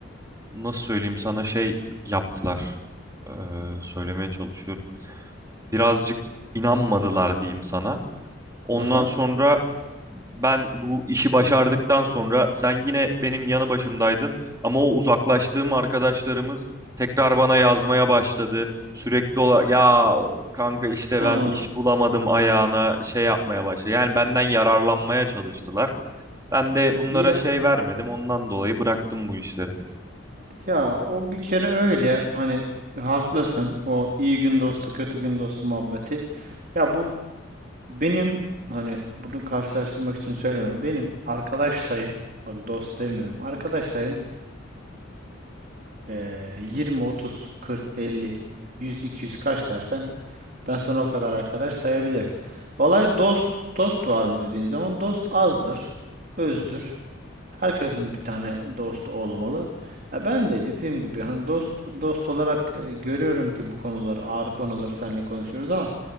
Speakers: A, on the right; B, on the right.
A: nasıl söyleyeyim sana şey yaptılar. E, söylemeye çalışıyorum. Birazcık inanmadılar diyeyim sana. Ondan
B: Aha,
A: sonra ben bu işi başardıktan sonra sen yine benim yanı başımdaydın ama o uzaklaştığım arkadaşlarımız tekrar bana yazmaya başladı. Sürekli olarak ya kanka işte
B: anladım.
A: ben iş bulamadım ayağına şey yapmaya başladı. Yani benden yararlanmaya çalıştılar. Ben de bunlara
B: Ya
A: şey vermedim. Ondan dolayı bıraktım bu işleri.
B: ya o bir kere öyle hani haklısın. O iyi gün dostu, kötü gün dostu muhabbeti. Ya bu Benim hani bunu karşılaştırmak için söyleme. Benim arkadaş sayım bak dost demiyorum. Arkadaş sayım eee, 20, 30, 40, 50, 100, 200 kaç dersen ben sana o kadar arkadaş sayabilirim. Olay dost dost var mı dediğin zaman dost azdır, özdür. Herkesin bir tane dostu olmalı. Ya ben de dediğim gibi hani dost dost olarak e, görüyorum ki bu konuları ağır konuları seninle konuşuyoruz ama